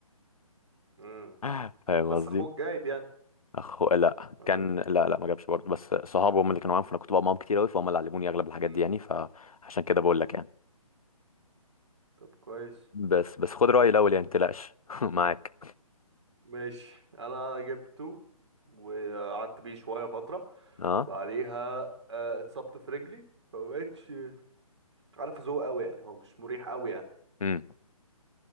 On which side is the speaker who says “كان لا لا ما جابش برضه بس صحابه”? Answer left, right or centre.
Left